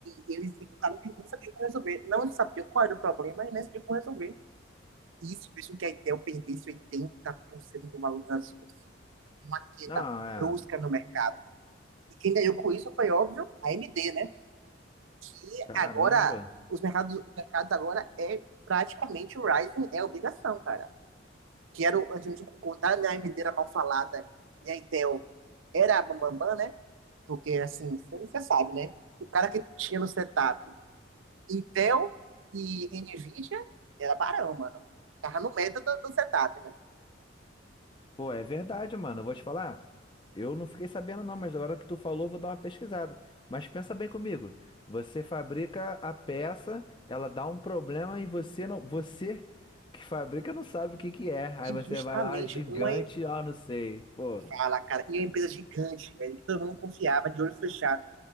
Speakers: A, on the right (about 80°); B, on the left (about 25°).
A: eles ficaram que não sabiam como resolver. Não sabiam qual era o problema e nem sabiam como resolver. Isso fez com que a Intel perdesse 80% do valor das ações. Uma queda
B: Não, é.
A: brusca no mercado. E quem ganhou com isso foi, óbvio, a AMD, né? Que
B: Caramba.
A: agora, os mercados, os mercados agora é praticamente o Ryzen é obrigação, cara. que era o, a gente contar né, a AMD era mal falada e a Intel era a bambambam, né? Porque, assim, você, você sabe, né? O cara que tinha no setup Intel e NVIDIA era barão, mano. Tava no meta do, do setup, né?
B: Pô, é verdade, mano. Eu vou te falar. Eu não fiquei sabendo, não, mas agora que tu falou, eu vou dar uma pesquisada. Mas pensa bem comigo. Você fabrica a peça, ela dá um problema e você não. Você que fabrica não sabe o que que é. Aí
A: E
B: você
A: justamente
B: vai lá, gigante,
A: uma
B: ó, não sei. Pô.
A: fala, cara, e é uma empresa gigante, velho, que todo mundo confiava, de olho fechado.